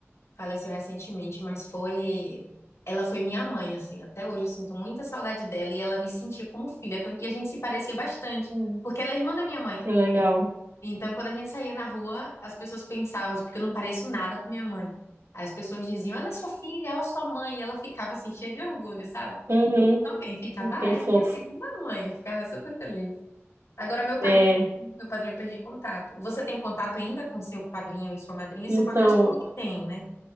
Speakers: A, on the left; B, on the right.
A: faleceu recentemente, mas foi. Ela foi minha mãe, assim. Até hoje eu sinto muita saudade dela e ela me sentia como filha. tanto- E a gente se parecia bastante,
B: Hum.
A: porque ela é irmã da minha mãe.
B: Que legal.
A: Então, quando a gente saía na rua, as pessoas pensavam, assim, porque eu não pareço nada com minha mãe. Aí as pessoas diziam, ela é sua filha, ela é sua mãe. E ela ficava, assim, cheia de orgulho, sabe?
B: Uhum.
A: Também ficava, ah,
B: Que fofo.
A: é minha segunda mãe. Eu ficava super feliz. Agora, meu padrinho,
B: É,
A: meu padrinho, eu perdi contato. Você tem contato ainda com seu padrinho e sua madrinha?
B: então,
A: Seu padrinho você falou que tem, né?